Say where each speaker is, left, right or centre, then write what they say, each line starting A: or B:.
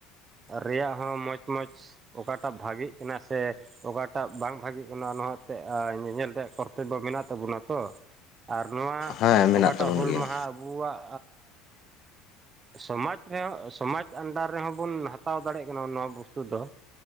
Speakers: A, on the right; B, on the left.
A: ᱨᱮᱭᱟᱜ ᱦᱚᱸ ᱢᱚᱸᱪ ᱢᱚᱸᱪ ᱚᱠᱟᱴᱟᱜ ᱵᱷᱟᱜᱤᱜ ᱠᱟᱱᱟ ᱥᱮ ᱚᱠᱟᱴᱟᱜ ᱵᱟᱝ ᱵᱷᱟᱜᱤᱜ ᱠᱟᱱᱟ ᱱᱚᱣᱟ ᱮᱛᱮᱫ ᱧᱮᱧᱮᱞ ᱨᱮᱭᱟᱜ ᱠᱚᱨᱛᱚᱵᱵᱚ ᱢᱮᱱᱟᱜ ᱛᱟᱵᱚᱱᱟ ᱛᱚ, ᱟᱨ ᱱᱚᱣᱟ
B: ᱦᱮᱸ ᱢᱮᱱᱟᱜ
A: ᱚᱠᱟᱴᱟᱜ
B: ᱛᱟᱵᱚᱱ
A: ᱦᱩᱞ
B: ᱜᱮᱭᱟ
A: ᱢᱟᱦᱟ ᱟᱵᱩᱣᱟᱜ ᱥᱚᱢᱟᱡᱽ ᱨᱮᱦᱚᱸ ᱥᱚᱢᱟᱡᱽ ᱟᱱᱰᱟᱨ ᱨᱮᱦᱚᱸ ᱵᱚᱱ ᱦᱟᱛᱟᱣ ᱫᱟᱲᱮᱭᱟᱜ ᱠᱟᱱᱟ ᱱᱚᱣᱟ ᱵᱚᱥᱛᱩ ᱫᱚ᱾